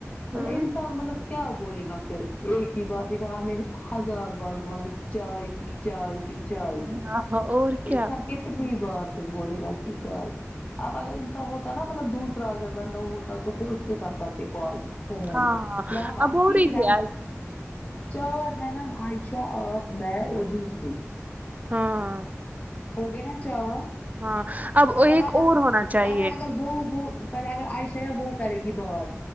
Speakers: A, on the right; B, on the left.
A: ہوں
B: مطلب انسان مطلب کیا بولے گا پھر ایک ہی بات دماغ میں ہزار بار بولا کہ جائیگی جائیگی جائیگی
A: ہاں ہاں، اور کیا
B: انسان کت نی بار پھر بولے گا کہ جائیگی اب اگر انسا ہوتا نا مطلب دوسرا اگر بندہ ہو تو پھر اس کے ساتھ کرتے کال فون
A: ہاں ہاں
B: یہاں اب
A: ہو
B: پھر
A: رہی تھی
B: اپ
A: آج
B: چار ہے نا عائشہ آپ میں اور دوسرے
A: ہاں
B: ہو گئے نہ چار
A: ہاں اب ایک
B: پہلے اگر
A: اور ہونا چاہیے
B: پہلے اگر وہ وہ پہلے اگر عائشہ یا وہ کرے گی بات